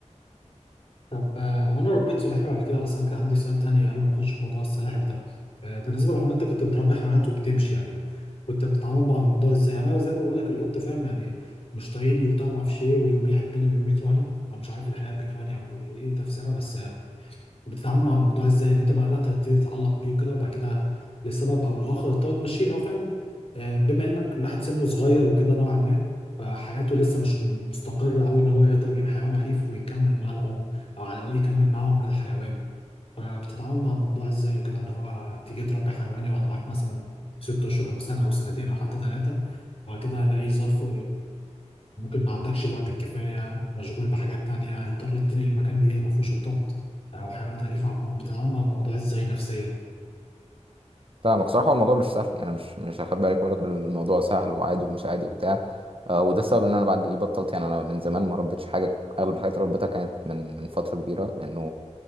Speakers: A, on the left (about 50°); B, on the right (about 45°).
A: طب آه، هو انا ربيت سلحفاه قبل كده بس انا كان عندي سؤال تاني قبل ما نخش في موضوع السلاحف ده آه، بالنسبه للحيوانات انت كنت بتربي حيوانات وبتمشي يعني كنت بتتعامل مع الموضوع ازاي يعني انا زي ما بقول لك القط فاهم يعني مش طايقني وبتاع ما اعرفش ايه ويوم يحبني ويوم يكرهني هو مش عارف الحياه بيكرهني او ايه تفسيرها بس بتتعامل مع الموضوع ازاي ان انت مع الوقت هتبتدي تتعلق بيه وكده وبعد كده لسبب او لاخر هتضطر تمشيه ان هو فاهم آه، بما انك الواحد سنه صغير وكده نوعا ما فحياته لسه مش مستقرة قوي ان هو يقدر يجيب حيوان أليف ويكمل معاه العمر او على الاقل يكمل معاه عمر الحيوان فبتتعامل مع الموضوع ازاي وكده ان هو تيجي تربي حيوان يقعد معاك مثلا ست اشهر او سنة او سنتين او حتى ثلاثة وبعد كده هلاقيه ظرف ممكن ما عندكش الوقت الكفايه مشغول بحاجات تانية اضطريت تنقل مكان جديد ما فيهوش قطط او حيوانات اليفه عموما بتتعامل مع الموضوع ازاي نفسيا
B: فاهمك صراحة هو الموضوع مش سهل يعني مش مش هاخد بالك واقول لك إن الموضوع سهل وعادي ومش عادي وبتاع آه، وده السبب ان انا بعد ايه بطلت يعني انا من زمان ما ربيتش حاجة اغلب الحاجات اللي ربيتها كانت من من فترة كبيرة لانه